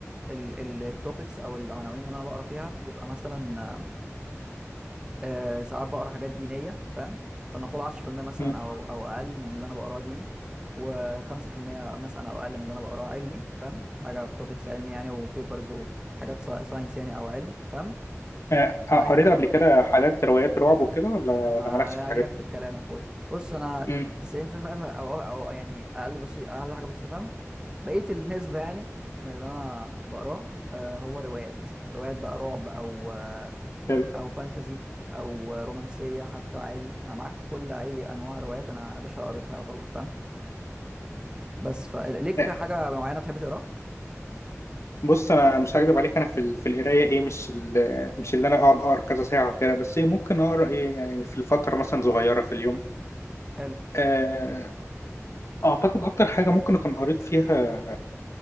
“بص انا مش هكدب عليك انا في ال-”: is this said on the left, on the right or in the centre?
Left